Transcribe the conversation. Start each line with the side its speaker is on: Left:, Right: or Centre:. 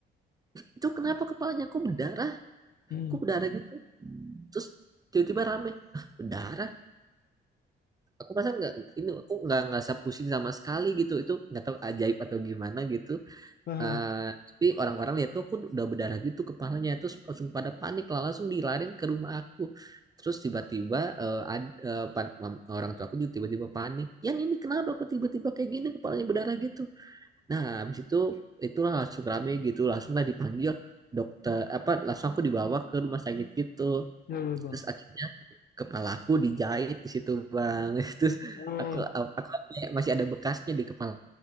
Right: itu kenapa kepalanya kok berdarah
Left: hmm.
Right: kok berdarah gitu terus tiba-tiba rame "Hah, berdarah aku perasaan nggak ini aku nggak ngerasa pusing sama sekali gitu itu nggak tahu ajaib atau gimana gitu
Left: Ah,
Right: Eh, tapi orang-orang lihat tuh aku udah berdarah gitu kepalanya terus langsung pada panik lah langsung dilarin ke rumah aku terus tiba-tiba eh, ad- eh, pan- mam- orang tua aku juga tiba-tiba panik ya ini kenapa aku tiba-tiba kayak gini kepalanya berdarah gitu nah habis itu itulah langsung rame gitu langsung lah dipanggil dokter apa langsung aku dibawa ke rumah sakit gitu
Left: ya, ya Bang.
Right: terus akhirnya kepala aku dijahit di situ bang <laughs> terus
Left: Wah.
Right: aku aku kayak masih ada bekasnya di kepala